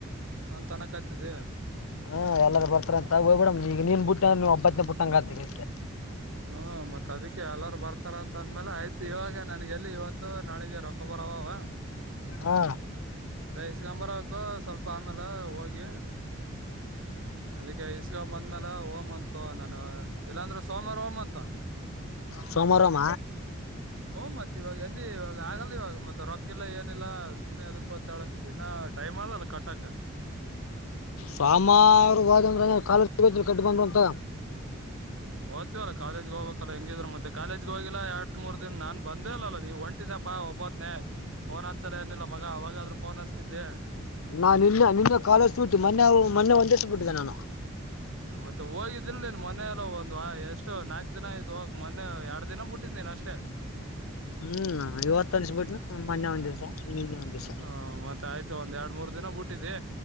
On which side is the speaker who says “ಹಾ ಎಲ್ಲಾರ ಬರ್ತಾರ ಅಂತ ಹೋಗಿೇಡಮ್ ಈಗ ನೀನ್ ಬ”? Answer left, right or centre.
Left